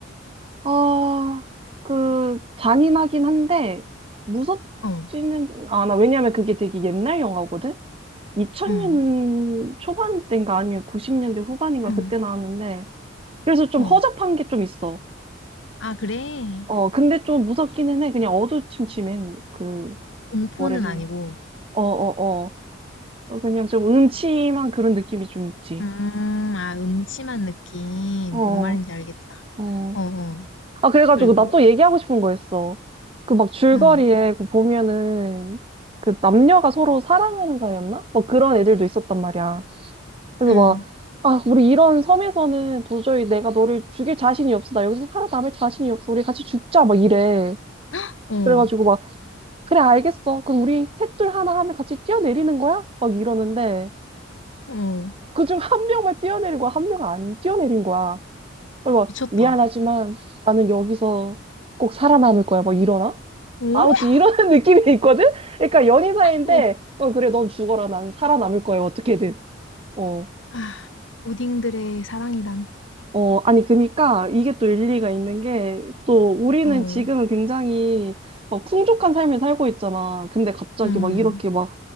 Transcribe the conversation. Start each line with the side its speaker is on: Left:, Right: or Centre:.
Right: 아, 그, 잔인하긴 한데, 무섭지는
Left: 어.
Right: 않아. 왜냐면 그게 되게 옛날 영화거든? 2000년
Left: 응,
Right: 초반 때인가 아니면 90년대 후반인가
Left: 응,
Right: 그때 나왔는데, 그래서 좀
Left: 어.
Right: 허접한 게 좀 있어.
Left: 아, 그래?
Right: 어, 근데 좀 무섭기는 해. 그냥 어두침침한 그,
Left: 공포는
Right: 뭐래지?
Left: 아니고.
Right: 어, 어, 어. 어, 그냥 좀 음침한 그런 느낌이 좀 있지.
Left: 음, 아, 음침한 느낌.
Right: 어,
Left: 뭔 말인지 알겠다.
Right: 어.
Left: 어, 어.
Right: 아, 그래가지고
Left: 그리고,
Right: 나 또 얘기하고 싶은 거 있어. 그 막 줄거리에
Left: 응,
Right: 그 보면은 그 남녀가 서로 사랑하는 사이였나? 막 그런 애들도 있었단 말이야. 그래서
Left: 응,
Right: 막, 아, 우리 이런 섬에서는 도저히 내가 너를 죽일 자신이 없어. 나 여기서 살아남을 자신이 없어. 우리 같이 죽자. 막 이래.
Left: <gasps> 어, 어?
Right: 그래가지고 막, 그래, 알겠어. 그럼 우리 셋둘 하나 하면 같이 뛰어내리는 거야? 막 이러는데
Left: 어.
Right: 그중 한 명만 뛰어내리고 한 명은 안 뛰어내린 거야. 그리고 막,
Left: 미쳤다.
Right: 미안하지만 나는 여기서 꼭 살아남을 거야. 막 이러나?
Left: 어?
Right: 아, 어찌 이런 <laughs> 느낌이 있거든? 그러니까 연인 사이인데,
Left: 어.
Right: 어, 그래, 넌 죽어라. 난 살아남을 거야. 어떻게든. 어,
Left: 아, 오딩들의 사랑이란.
Right: 어, 아니, 그니까 이게 또 일리가 있는 게, 또 우리는
Left: 어,
Right: 지금은 굉장히 막 풍족한 삶을 살고 있잖아. 근데 갑자기
Left: 음.
Right: 막 이렇게 막,